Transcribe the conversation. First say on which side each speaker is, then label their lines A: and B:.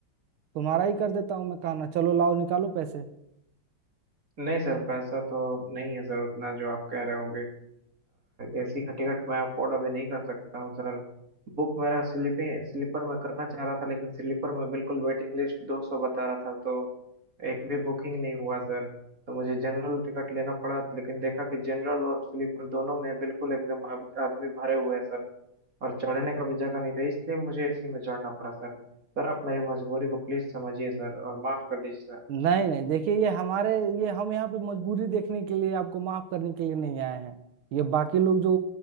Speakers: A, on the right; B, on the right.
A: तुम्हारा ही कर देता हूँ मैं कहना चलो लाओ निकालो पैसे
B: नहीं सर पैसा तो नहीं है सर उतना जो आप कह रहे होगे एसी का टिकट मैं अफोर्ड अभी नहीं कर सकता हूँ सर बुक मेरा स्लीपिंग स्लीपर में करना चाह रहा था लेकिन स्लीपर में बिल्कुल वेटिंग लिस्ट 200 बता रहा था तो एक भी बुकिंग नहीं हुआ सर तो मुझे जनरल टिकट लेना पड़ा लेकिन देखा कि जनरल और स्लीपर दोनों में बिल्कुल एकदम आद- आदमी भरे हुए हैं सर और चढ़ने का भी जगह नहीं था इसलिए मुझे एसी में चढ़ना पड़ा सर सर आप मेरी मजबूरी को प्लीज समझिए सर और माफ कर दीजिए सर
A: नहीं नहीं देखिए ये हमारे ये हम यहाँ पे मजबूरी देखने के लिए आपको माफ करने के लिए नहीं आए हैं ये बाकी लोग जो